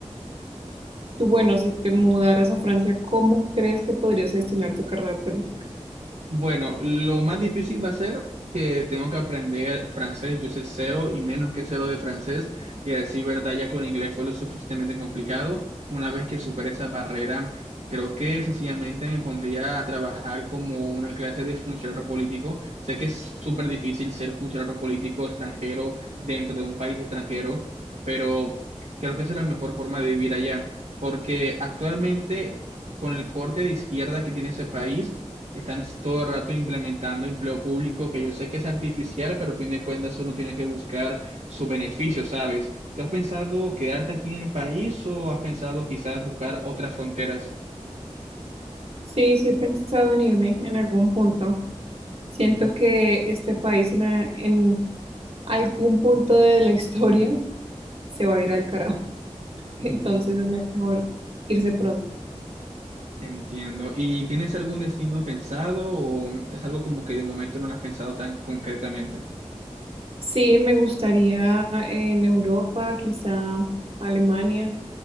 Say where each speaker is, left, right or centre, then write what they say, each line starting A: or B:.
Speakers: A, on the right; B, on the right.
A: Y bueno, si te mudaras a Francia, ¿cómo crees que podrías gestionar tu carrera política?
B: Bueno, lo más difícil va a ser que tengo que aprender francés. Yo sé cero y menos que cero de francés. Y a decir verdad, ya con inglés fue lo suficientemente complicado. Una vez que supere esa barrera, creo que sencillamente me pondría a trabajar como una clase de funcionario político. Sé que es súper difícil ser funcionario político extranjero dentro de un país extranjero, pero creo que esa es la mejor forma de vivir allá. Porque actualmente, con el corte de izquierda que tiene ese país, están todo el rato implementando empleo público que yo sé que es artificial, pero a fin de cuentas uno tiene que buscar su beneficio, ¿sabes? ¿Tú has pensado quedarte aquí en el país o has pensado quizás buscar otras fronteras?
A: Sí, sí he pensado en irme en algún punto. Siento que este país en, a- en algún punto de la <laughs> historia se va a ir al carajo. <laughs> Entonces
B: Mm,
A: es mejor irse pronto.
B: Entiendo. ¿Y tienes algún destino pensado o es algo como que de momento no lo has pensado tan concretamente?
A: Sí, me gustaría en Europa, quizá Alemania.